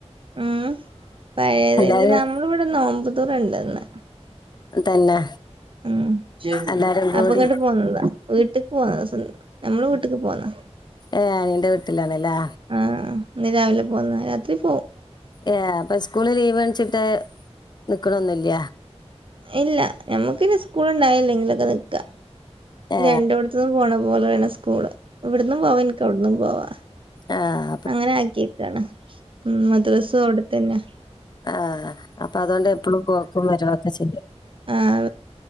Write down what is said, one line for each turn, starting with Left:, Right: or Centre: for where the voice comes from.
Right: ഉം പയേതല്
Left: എല്ലാരും
Right: നമ്മളവിടെ നോമ്പത്തൂറണ്ട്ന്ന്
Left: തന്നെ
Right: ഉം
Left: എല്ലാരും കൂടി
Right: അപ്പൊങ്ങട്ട് പോന്നതാ വീട്ടിക്ക് പോന്നത സൊ നമ്മള് വീട്ട്ക്ക് പോന്നാ
Left: ഏഹ് നിന്റെ വീട്ടിലാണല്ലേ
Right: ആഹ് ഇന്ന് രാവിലെ പോന്ന രാത്രി പോവും
Left: ഏഹ് അപ്പൊ സ്കൂള് ലീവ്ണിച്ചിട്ട് നിക്ക്ണൊന്നില്ല
Right: ഇല്ല ഞമ്മക്കിനി സ്കൂള് ഉണ്ടായില്ലെങ്കിലൊക്കെ നിക്കാ
Left: ഏ
Right: രണ്ടോട് ഇവി പോണ പോലെ വണ സ്കൂള് ഇവിടന്നും പോവാ എനിക്ക് അവിട്ന്നും പോവാ
Left: ആഹ്
Right: അങ്ങനെ ആക്കിക്കാണ് ഉം മദ്രസും അവിടെത്തന്നെ
Left: ആഹ അപ്പൊ അതുകൊണ്ട് എപ്പഴും പോക്കും വരു ഒക്കെ ചെയ്യാം
Right: ആഹ്